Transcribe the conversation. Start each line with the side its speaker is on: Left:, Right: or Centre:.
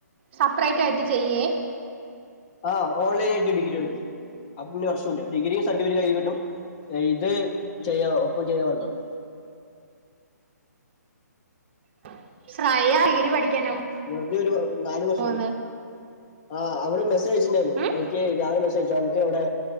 Right: സപ്പറേറ്റ് ആയിട്ട് ചെയ്യേ?
Left: ആഹ് ഓൺലൈൻ ആയിട്ട ഡഗ്രി എടുക്കുന്നു അപ്പന്ന പ്രശ്നല്ല ഡിഗ്രിയ സർട്ടിഫിക്കറ്റ് ക ഇത് ചെയ്യ ഒപ്പം ചെയ്ത വണ്ടാണ്
Right: <unintelligible> ഡിഗിരി പഠിക്കാനാ
Left: വെറുതെ ഒരു നാല് വർഷ
Right: പോവുന്നെ
Left: ആ അവിൾ മെസ്സേജ്അയ ച്ചിട്ടുണ്ടായിരുന്നു
Right: ഉം
Left: എനിക്ക് രാവിലെ മെസ്സേജ്ച്ചക്ക് അവിടെ